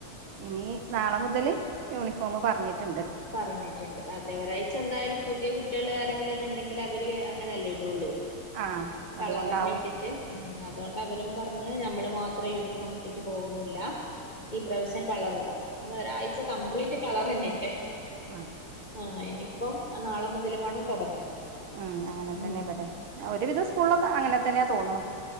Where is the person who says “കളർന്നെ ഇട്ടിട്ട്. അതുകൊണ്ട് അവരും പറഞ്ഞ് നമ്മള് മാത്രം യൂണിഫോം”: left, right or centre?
Left